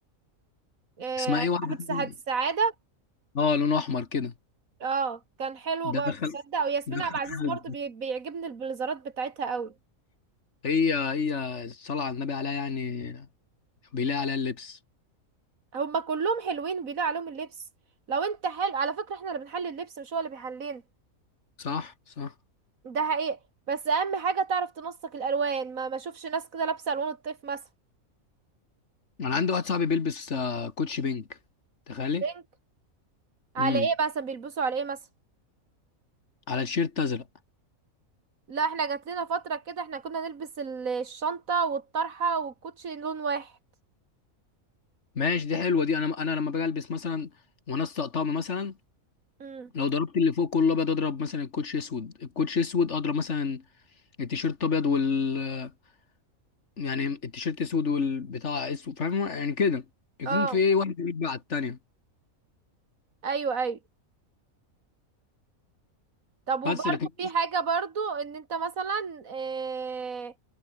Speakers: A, on the right; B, on the left.
A: آه
B: اسمها ايه واحده
A: صاحبة سعد
B: كده؟
A: السعادة
B: اه لونه احمر كده
A: اه كان حلو برضه
B: ده دخل
A: تصدق وياسمين
B: دخل
A: عبد العزيز
B: قلبي.
A: برضه بي... بيعجبني البليزرات بتاعتها قوي
B: هي هي صلى على النبي عليها يعني بيلاقي عليها اللبس
A: هما كلهم حلوين بيليق عليهم اللبس لو انت حلو على فكرة احنا اللي بنحلي اللبس مش هو اللي بيحلينا
B: صح صح
A: ده حقيقي بس اهم حاجة تعرف تنسق الالوان ما ما اشوفش ناس كده لابسة الوان الطيف مثلا
B: انا عندي واحد صاحبي بيلبس آه، كوتشي بينك تخيلي
A: بينك على
B: امم
A: ايه مثلا بيلبسوا على ايه مثلا
B: على الشيرت ازرق
A: لا احنا جات لنا فترة كده احنا كنا نلبس ال- الشنطة والطرحة والكوتشي لون واحد
B: ماشي دي حلوه دي انا انا لما باجي البس مثلا وانا أسطق طقم مثلا
A: امم
B: لو ضربت اللي فوق كله ابيض اضرب مثلا الكوتش اسود الكوتش اسود اضرب مثلا التيشيرت ابيض وال يعني التيشيرت اسود والبتاع اسود فاهم يعني كده يكون
A: اه
B: في ايه واحد يرجع على التانيه
A: ايوه ايوه طب وبرضو
B: بس لكن
A: في حاجة برضو ان انت مثلا آه،